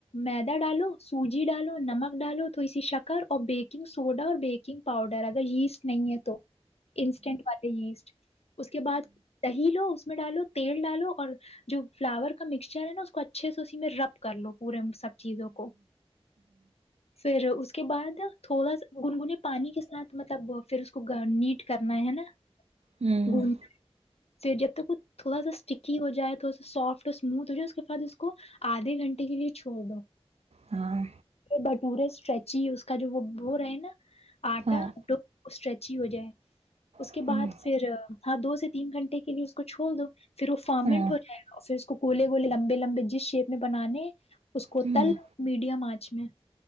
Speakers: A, on the left (about 70°); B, on the right (about 75°).
A: میدا ڈالو سوجی ڈالو نمک ڈالو تھوڑی سی شکر اور بیکنگ سوڈا اور بیکنگ پاؤڈر اگر یہ نہیں ہے تو انسٹینٹ والے یسٹ اس کے بعد دہی لو اس میں ڈالو تیل ڈالو اور جو فلاور کا مکسچر ہے نا اس کو اچھے سے اسی میں رب کر لو پورے سب چیزوں کو پھر اس کے بعد تھوڑا سا گنگنے پانی کے ساتھ مطلب پھر اس کو نیٹ کرنا ہے نا <unintelligible>
B: ہوں
A: گون
B: <unintelligible>
A: پھر جب تک وہ تھوڑا سا اسٹکی ہو جائے تھوڑا سا سافٹ اور اسموتھ ہو جائے اس کے بعد اس کو آدھے گھنٹے کے لیے چھوڑ دو
B: ہاں
A: بٹورے اسٹریچی اس کا جو وہ ب رہے ہے نا آٹا
B: ہاں
A: اسٹریچی ہو جائے اس کے
B: ہوں
A: بعد پھر ہاں دو سے تین گھنٹے کے لیے اس کو چھوڑ دو پھر وہ فارمنٹ
B: ہاں
A: ہو جائے اور پھر اس کو گولے گول لمبے لمبے جس شیپ میں بنانے اس کو
B: ہوں
A: تل میڈیم آنچ میں <unintelligible>